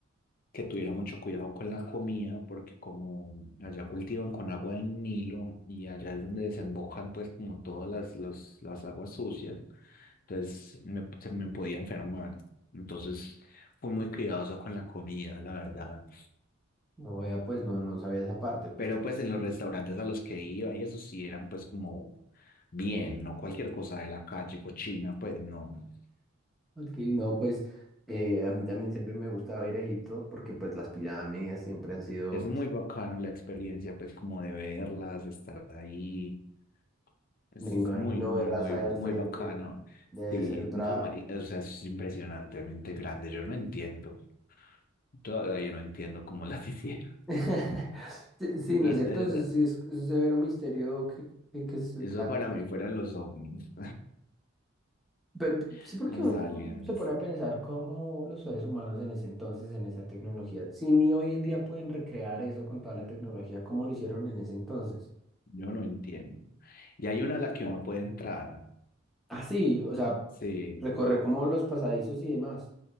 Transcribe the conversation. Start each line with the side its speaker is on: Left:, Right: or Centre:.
Left: que tuviera mucho cuidado con la comida porque como allá cultivan con agua del Nilo y allá es donde desembocan pues como todas las, los- las aguas sucias, entonces me, se me podía enfermar. Entonces fui muy cuidadoso con la comida, la verdad.
Centre: No, ya pues no, no sabía esa parte, pues
Left: Pero
Centre: que,
Left: pues en los restaurantes a los que iba y eso sí eran pues como bien, no cualquier cosa de la calle, cochina, pues no.
Centre: ok, no, pues eh, a mí también siempre me gustaba ir a Egipto porque pues las pirámides siempre han sido,
Left: Es muy
Centre: pues,
Left: bacano la experiencia pues como de verlas, estar ahí. Es
Centre: me imagino
Left: muy, muy,
Centre: verlas
Left: muy,
Centre: ahí
Left: muy
Centre: al frente,
Left: bacano.
Centre: debe
Left: Sí,
Centre: ser otra,
Left: no, mari- o sea, es impresionantemente grande. Yo no entiendo. Todavía no entiendo cómo las <laughs> hicieron.
Centre: <laughs> sí, sí, ¿no
Left: Y
Centre: es
Left: entonces,
Centre: cierto? Eso sí es, es un severo misterio que, que, que se
Left: eso
Centre: está en
Left: para mí
Centre: todas partes.
Left: fueron los ovnis,
Centre: Pe-
Left: <laughs>
Centre: sí, porque
Left: los
Centre: uno
Left: aliens.
Centre: se pone a pensar cómo los seres humanos en ese entonces, en esa tecnología, si ni hoy en día pueden recrear eso con toda la tecnología, ¿cómo lo hicieron en ese entonces?
Left: Yo no entiendo. Y hay una a la que uno puede entrar.
Centre: Ah, sí, o sea,
Left: Sí.
Centre: recorrer como los pasadizos y demás.